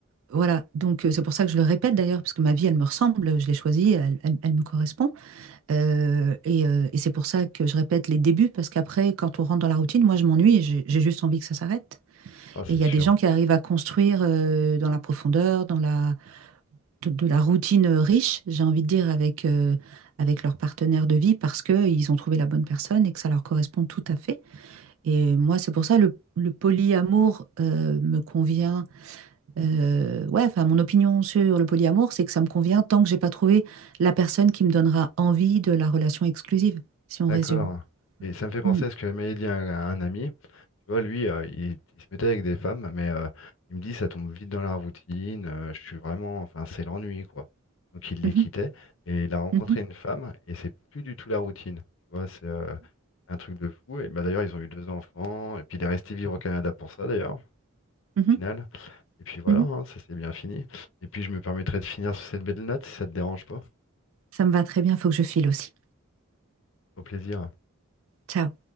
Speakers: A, on the right (about 70°); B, on the left (about 60°).
A: Voilà, donc euh, c'est pour ça que je le répète d'ailleurs, parce que ma vie, elle me ressemble, je l'ai choisie, elle, elle elle me correspond. Euh, et euh, et c'est pour ça que je répète les débuts, parce qu'après, quand on rentre dans la routine, moi, je m'ennuie, et j'ai j'ai juste envie que ça s'arrête.
B: Ah, c'est
A: Et il y
B: sûr.
A: a des gens qui arrivent à construire euh, dans la profondeur, dans la, de, de la routine euh, riche, j'ai envie de dire, avec, euh, avec leur partenaire de vie, parce qu'ils ont trouvé la bonne personne et que ça leur correspond tout à fait. Et moi, c'est pour ça, le, le polyamour euh, me convient euh, ouais, enfin, mon opinion sur le polyamour, c'est que ça me convient tant que j'ai pas trouvé la personne qui me donnera envie de la relation exclusive, si on
B: D'accord.
A: résume.
B: Et ça me fait penser
A: Hmm.
B: à ce que m'avait dit un, un ami. Tu vois, lui, euh, il, il se mettait avec des femmes, mais euh, il me dit, ça tombe vite dans la routine. euh, je suis vraiment, enfin, c'est l'ennui, quoi. Donc il les
A: Mhm,
B: quittait et il a rencontré
A: mhm,
B: une femme et c'est plus du tout la routine. Tu vois, c'est euh, un truc de fou. Et bah, d'ailleurs, ils ont eu deux enfants et puis il est resté vivre au Canada pour ça, d'ailleurs, au
A: mhm, mhm,
B: final. Et puis voilà,
A: mhm.
B: hein, ça s'est bien fini. Et puis je me permettrai de finir sur cette belle note si ça te dérange pas.
A: Ça me va très bien, faut que je file aussi.
B: Au plaisir.
A: Ciao.